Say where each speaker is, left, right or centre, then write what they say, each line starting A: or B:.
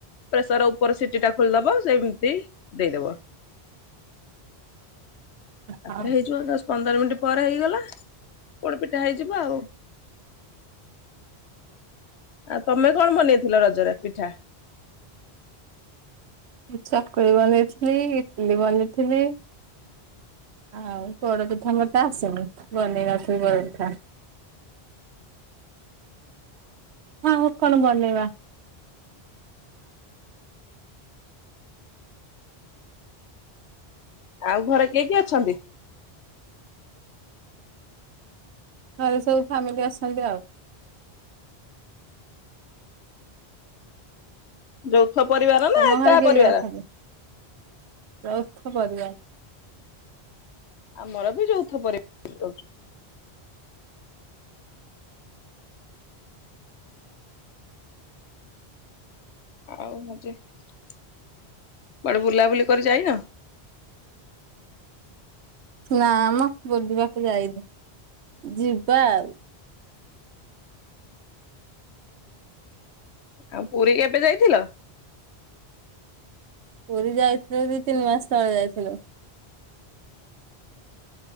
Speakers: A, on the left; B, on the right.
A: ପ୍ରେସର ଉପରେ ସିଟି ଟା ଖୋଲିଦବ ସେମିତି ଦେଇଦବ। ତାପରେ
B: ହଁ
A: ହେଇଯିବ ଦଶ ପନ୍ଦର ମିନିଟ। ପରେ ହେଇଗଲା ପୋଡ଼ପିଠା ହେଇଯିବ ଆଉ। ଆ ତମେ କଣ ବନେଇଥିଲ ରଜରେ ପିଠା?
B: ମୁଁ ଚକୁଳି ବନେଇଥିଲି ଇଟଲି ବନେଇଥିଲି। ଆଉ ପୋଡ଼ପିଠା ମତେ ଆସେନି ବନେଇବାକୁ ପୋଡ଼ପିଠା।
A: <inaudible>
B: ହଁ ଆଉ କଣ ବନେଇବା।
A: ଆଉ ଘରେ କିଏ କିଏ ଅଛନ୍ତି?
B: ଘରେ ସବୁ ଫ୍ୟାମିଲି ଅଛନ୍ତି ଆଉ।
A: ଯୌଥ ପରିବାର ନା
B: ତମ
A: ଏକା
B: ଘରେ କିଏ
A: ପରିବାର?
B: କିଏ ଅଛନ୍ତି? ଯୌଥ ପରିବାର।
A: ଆମର ବି ଯୌଥ ପରିବାର। ଆଉ ମଜେ। କୁଆଡ଼େ ବୁଲାବୁଲି କରି ଯାଇନ?
B: ନାମ ବୁଲିବାକୁ ଯାଇନି ଯିବା ଆଉ।
A: ଆଉ ପୁରୀ କେବେ ଯାଇଥିଲ?
B: ପୁରୀ ଯାଇଥିଲୁ ଦି ତିନି ମାସ ତଳେ ଯାଇଥିଲୁ।